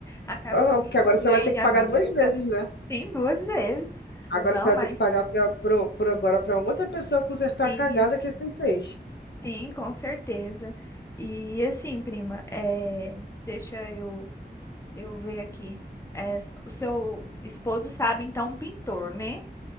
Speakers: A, on the left; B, on the left.
A: Acaba
B: Aham,
A: que eu me
B: porque
A: enrolei
B: agora você vai ter
A: minha
B: que pagar
A: vida.
B: duas vezes, né?
A: Tem duas vezes.
B: Agora
A: Não,
B: você vai
A: mas
B: ter que pagar pra, pro, pro- agora para outra pessoa consertar
A: sim,
B: a cagada que você fez.
A: sim, com certeza. E assim, prima, é, deixa eu eu ver aqui. É, o seu esposo sabe, então, um pintor, né?